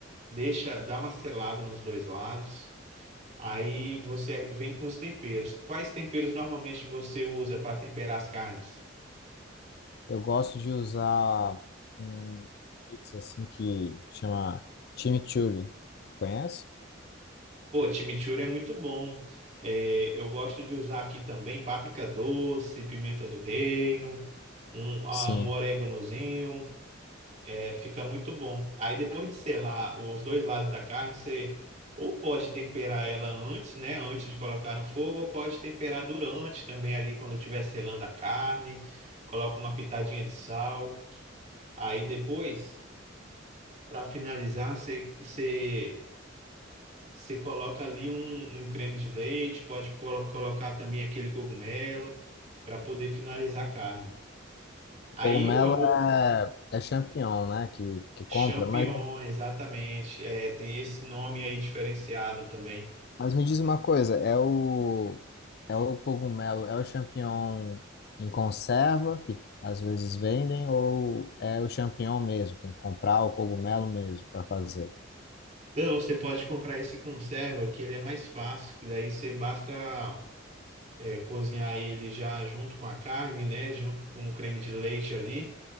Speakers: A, on the right (about 35°); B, on the left (about 55°).
A: deixa, dá uma selada nos dois lados. Aí você vem com os temperos. Quais temperos normalmente você usa para temperar as carnes?
B: Eu gosto de usar um mix assim que chama chimichurri. Conhece?
A: Pô, chimichurri é muito bom. É, eu gosto de usar aqui também páprica doce, pimenta do reino, um, ah,
B: Sim.
A: um oréganozinho. É, fica muito bom. Aí depois de selar os dois lados da carne, você ou pode temperar ela antes, né? Antes de colocar no fogo, ou pode temperar durante também ali quando estiver selando a carne, coloca uma pitadinha de sal. Aí depois, para finalizar, você, você, você coloca ali um, um creme de leite, pode polo- colocar também aquele cogumelo para poder finalizar a carne.
B: O
A: Aí
B: cogumelo
A: o arroz.
B: é, é champignon, né? Que, que
A: Champignon,
B: compra, mas é
A: exatamente. É, tem esse nome aí diferenciado também.
B: Mas me diz uma coisa, é o é o cogumelo, é o champignon em conserva que às vezes vendem ou é o champignon mesmo? Tem que comprar o cogumelo mesmo para fazer.
A: Não, você pode comprar esse conserva, que ele é mais fácil, que daí você basta é, cozinhar ele já junto com a carne, né? Junto com o creme de leite ali.